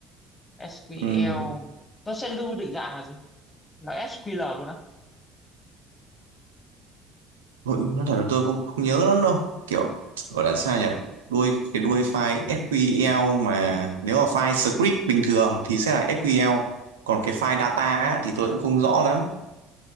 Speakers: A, on the left; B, on the right.
A: SQL
B: Ừm,
A: nó sẽ lưu định dạng là gì là SQL luôn á
B: nội dung nói thật là tôi không không nhớ lắm đâu kiểu gọi là sao nhỉ đuôi cái đuôi file SQL mà nếu là file script bình thường thì sẽ là SQL còn cái file data á, thì tôi cũng không rõ lắm